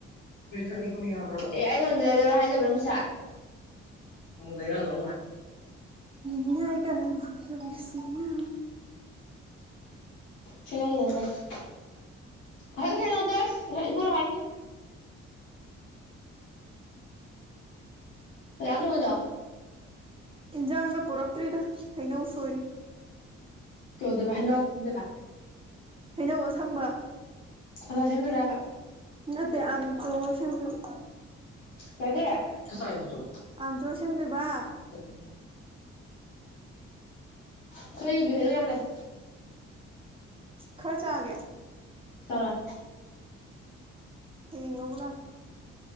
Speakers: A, on the left (about 85°); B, on the right (about 20°).
A: ꯑꯦ ꯑꯩ ꯌꯣꯟꯖ ꯍꯥꯏꯖꯕ꯭ꯔ ꯅꯪ ꯄꯩꯁꯥ ꯑꯃꯨꯛ ꯂꯩꯔꯒ
B: ꯏꯅꯥꯏꯀꯥꯟꯅ ꯐꯨꯟꯗ꯭ꯔꯕꯤꯁꯤꯡꯅ
A: ꯁꯤꯅ ꯀꯗꯗꯁ ꯍꯜꯅꯣꯗꯁ ꯅ ꯋꯥꯒꯦ ꯌꯥꯗ ꯑꯣꯏꯗ
B: ꯏꯟꯖꯥꯡꯒ ꯄꯨꯔꯛꯇ꯭ꯔꯤꯗ ꯍꯩꯅꯧ ꯁꯣꯏꯔꯤ
A: ꯀꯧꯗꯕ ꯍꯥꯏꯟꯅꯣꯗ
B: ꯍꯩꯅꯧ ꯑꯁꯪꯕ
A: ꯑꯣꯖꯥ ꯁꯦꯝꯗꯣꯔꯑꯕ
B: ꯅꯠꯇ ꯑ ꯈꯨ ꯁꯦꯝꯗꯨꯁꯨ
A: ꯀꯔꯤꯌꯦ ꯇꯁꯥꯏꯗꯖꯣ
B: ꯑꯝꯁꯨ ꯁꯦꯝꯗꯣꯏꯕ
A: ꯎ ꯎꯝ ꯖꯞ ꯖꯞ ꯈꯣꯏ ꯗꯁꯨ ꯌꯥꯝ ꯂꯩ
B: ꯈꯔ ꯆꯥꯒꯦ
A: ꯆꯥꯔꯦ
B: ꯍꯌꯦꯡ ꯂꯧꯕ ꯂꯥꯛꯀꯦ